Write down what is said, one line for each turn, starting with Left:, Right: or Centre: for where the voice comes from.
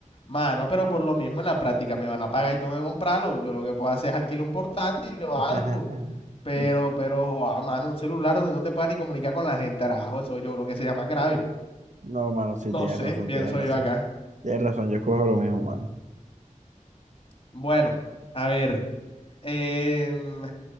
Left: Mano, pero por lo mismo en la práctica me van a pagar y tengo que comprarlo. Yo lo que puedo hacer es alquilar un portátil o
Right: <laughs>
Left: algo. Pero, pero, ah, mano, un celular donde no te puedas ni comunicar con la gente, Arajo, eso yo creo que sería más grave.
Right: No, mano, sí,
Left: No
Right: tienes
Left: sé,
Right: razón,
Left: pienso
Right: tienes razón.
Left: yo acá.
Right: Tienes razón, yo escojo lo mismo, mano.
Left: Bueno, a ver, em,